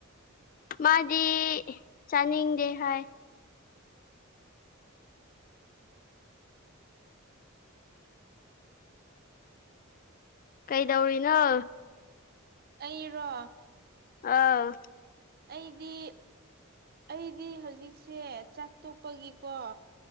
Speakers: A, on the left; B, on the right.
A: ꯃꯥꯗꯤ
B: ꯎꯝ
A: ꯆꯥꯅꯤꯡꯗꯦ ꯍꯥꯏ ꯀꯩꯗꯧꯔꯤꯅꯣ
B: ꯑꯩꯔꯣ
A: ꯑꯥꯎ
B: ꯑꯩꯗꯤ ꯑꯩꯗꯤ ꯍꯧꯖꯤꯛꯁꯦ ꯆꯥꯛ ꯇꯣꯛꯄꯒꯤꯀꯣ